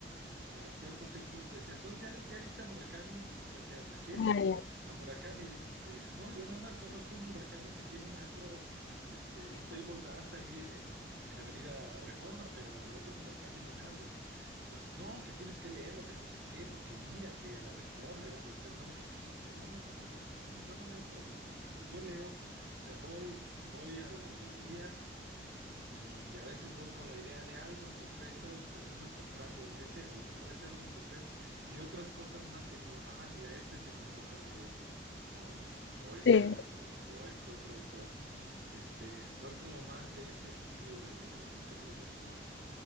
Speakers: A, on the right; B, on the left.
A: eh, a ciertos círculos, te decías, oye, ya, le, ya leíste a Murakami. Y tú decías, ¿a quién?
B: Ah, ya.
A: A Murakami. Di- Le dices, no, yo nada más conozco un Murakami que tiene un antro, este, un table dance ahí en, en Avenida Reforma, pero de otro Murakami no me hables. Entonces, no, que tienes que leerlo, que no sé qué, porque mira que a lo mejor le dan el premio Nobel. Dice, no, no, no, no, no, no, yo, yo no leo por moda. O sea, yo leo, o sea, voy, voy a las librerías y a veces voy con la idea de algo en concreto y termino comprando ese, a lo mejor ese algo en concreto y otras cosas más que digo, ah, mira, este se me antoja leer, ¿no? O este
B: Sí.
A: otro, o este otro autor. Este, soy como más de ese estilo de, de escoger mis lecturas.